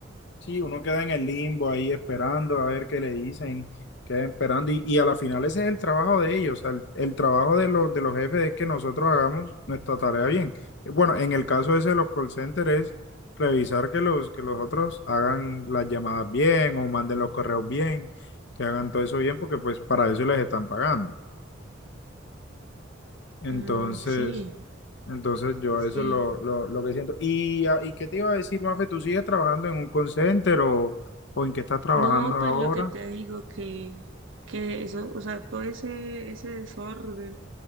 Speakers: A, on the left; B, on the right.
A: Sí, uno queda en el limbo ahí esperando a ver qué le dicen, queda esperando y, y a la final ese es el trabajo de ellos, o sea, el, el trabajo de los, de los jefes es que nosotros hagamos nuestra tarea bien. Eh, Bueno, en el caso ese de los call centers es revisar que los, que los otros hagan las llamadas bien o manden los correos bien, que hagan todo eso bien porque pues para eso les están pagando. Entonces...
B: mm, sí,
A: Entonces yo
B: sí.
A: eso es lo, lo, lo que siento. ¿Y, a- y qué te iba a decir, Mafe? ¿Tú sigues trabajando en un call center o, o en qué estás trabajando
B: No,
A: ahora?
B: pues lo que te digo que, que eso, o sea, todo ese, ese desorden,